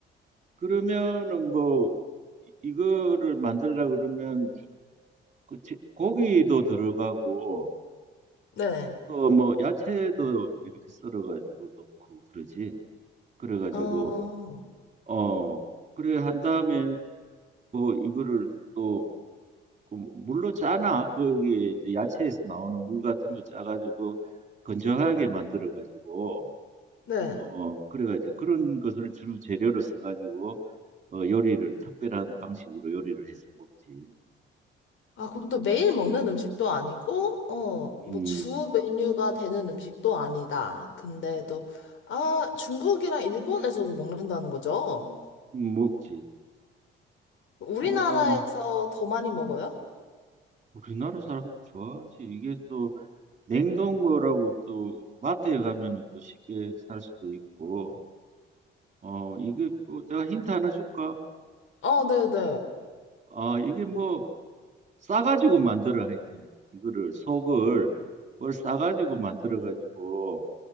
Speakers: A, on the right (about 35°); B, on the left (about 75°).
A: 그러면은 뭐 이- 거를 만들라 그러면 그 제- 고기도 들어가고
B: 네.
A: 또 뭐 야채도 이렇게 썰어가지고 넣고 그러지. 그래가지고
B: 어,
A: 어 그래 한 다음에 뭐 이거를 또그 물로 짜나 거기에 이제 야채에서 나오는 물 같은 거 짜가지고 건조하게 만들어가지고
B: 네.
A: 어 그래가지고 그런 것을 주로 재료로 써가지고 어 요리를 특별한 방식으로 요리를 해서 먹지.
B: 아, 그럼 또 매일 먹는 음식도 아니고, 어,
A: 음.
B: 뭐 주 메뉴가 되는 음식도 아니다. 근데
A: 음,
B: 또, 아, 중국이랑 일본에서도 먹는다는 거죠?
A: 음, 먹지.
B: 우리나라에서
A: 어,
B: 더 많이 먹어요?
A: 우리나라 사람들 좋아하지. 이게 또 냉동무라고 또 마트에 가면은 또 쉽게 살 수도 있고. 어, 이게 뭐 내가 힌트 하나 줄까?
B: 어, 네네.
A: 아, 이게 뭐 싸가지고 만들어 하여튼 이거를 속을 뭘 싸가지고 만들어 가지고